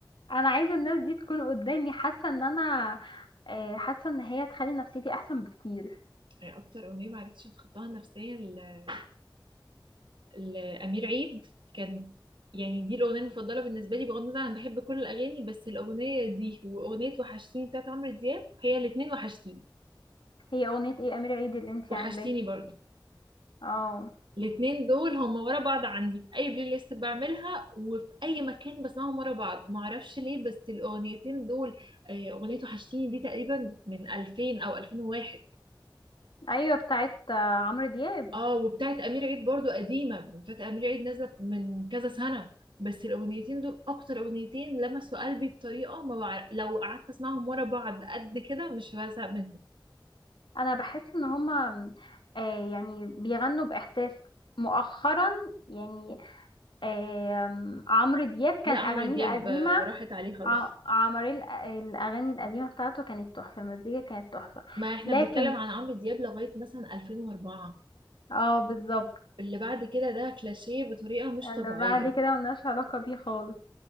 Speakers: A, on the left (about 80°); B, on the right (about 80°).
A: انا عايزه الناس دي تكون قدامي حاسه ان انا آه، حاسه ان هي تخلي نفسيتي احسن بكتير
B: يعني اكتر أغنية ما عرفتش اتخطاها نفسيا ل- لأمير عيد كان يعني دي الأغنية المفضلة بالنسبة لي بغض النظر انا بحب كل الأغاني بس الأغنية دي وأغنية وحشتيني بتاعت عمرو دياب هي الاتنين وحشتيني
A: هي اغنيه ايه امير عيد اللي انتي
B: وحشتيني
A: عاجباكي
B: برضه
A: اه
B: الاتنين دول هم ورا بعض عندي في اي بلاي ليست بعملها وفي اي مكان بسمعهم ورا بعض ما اعرفش ليه بس الاغنيتين دول آه، اغنية وحشتيني دي تقريبا من 2000 او 2001
A: ايوه بتاعت آه، عمرو دياب
B: اه وبتاعت امير عيد برضو قديمة بتاعت امير عيد نازلة من كذا سنة بس الاغنيتين دول اكتر اغنيتين لمسوا قلبي بطريقة ما بعرف لو قعدت اسمعهم ورا بعض قد كده مش بزهق منهم
A: انا بحس ان هما آه، يعني بيغنوا باحساس مؤخرا يعني آم، عمرو دياب كان
B: لا عمرو
A: اغانيه
B: دياب
A: القديمه
B: آه، راحت عليه خالص
A: ع- عمرو الأ- الاغاني القديمه بتاعته كانت تحفه المزيكا كانت تحفه
B: ما احنا
A: لكن
B: بنتكلم عن عمرو دياب لغاية مثلا 2004
A: اه بالظبط
B: اللي بعد كده ده كلاشيه بطريقة مش
A: اللي
B: طبيعية
A: بعد كده ملناش علاقه بيه خالص